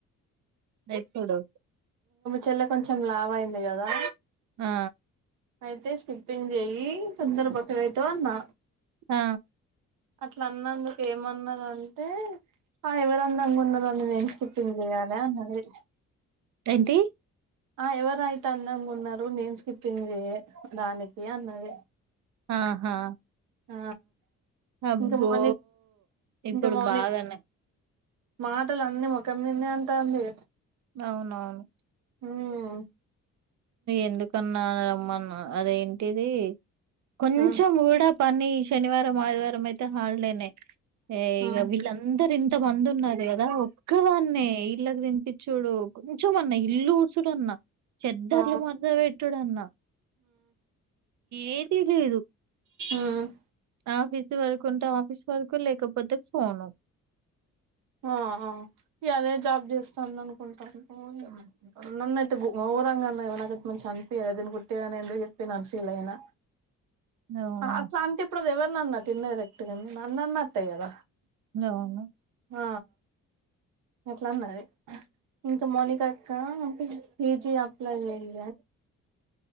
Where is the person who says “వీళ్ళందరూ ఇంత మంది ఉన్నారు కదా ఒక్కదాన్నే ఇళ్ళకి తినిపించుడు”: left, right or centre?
Right